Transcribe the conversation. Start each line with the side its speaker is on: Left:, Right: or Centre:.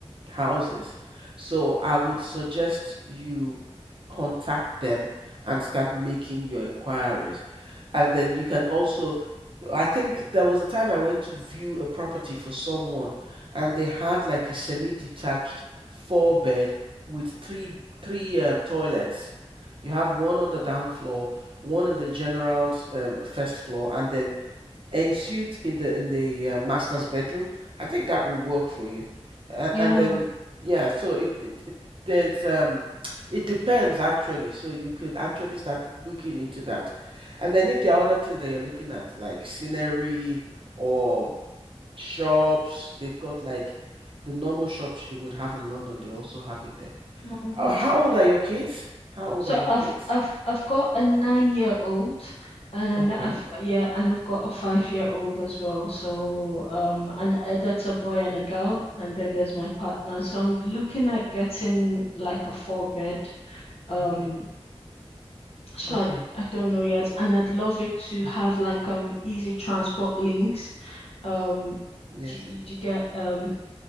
Right: houses. So I would suggest you contact them and start making your inquiries. And then you can also I think there was a time I went to view a property for someone and they had like a semi-detached four bed with three three um, toilets. You have one on the down floor, one on the general's um, first floor, and then ensuite in the in the uh, master's bedroom. I think that will work for you. Uh,
Left: Yeah,
Right: and then yeah, so it, it it there's um it depends actually. So you could actually start looking into that. And then if there are other things that you're looking at, like scenery or shops. They've got like the normal shops you would have in London. They also have it there.
Left: well,
Right: Uh,
Left: that's
Right: How old are your kids? How old
Left: so
Right: are your
Left: I've
Right: kids?
Left: I've I've got a nine year old and
Right: Okay,
Left: I've yeah and I've got a five year old as well. So um and uh, that's a boy and a girl and then there's my partner. So I'm looking at getting like a four bed. Um
Right: okay,
Left: so
Right: okay.
Left: I I don't know yet and I'd love it to have like um easy transport links. Um
Right: Yes,
Left: do, you- do you get um